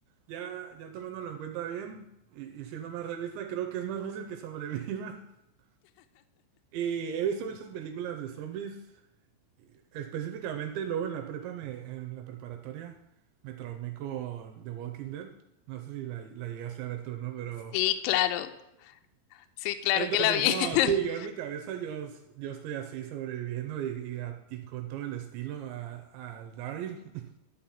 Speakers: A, on the right; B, on the left.
A: ya, ya tomándolo en cuenta bien y, y siendo más realista, creo que es más fácil que sobreviva. <laughs> Y he visto muchas películas de zombies. Específicamente, luego en la prepa, me, en la preparatoria, me traumé con The Walking Dead. No sé si la, la llegaste a ver tú, ¿no? Pero...
B: Sí, claro. Sí, claro
A: Entonces,
B: que la vi.
A: no,
B: <laughs>
A: sí, yo en mi cabeza yo, yo estoy así sobreviviendo y, y, a- y con todo el estilo a- al Daryl. <laughs>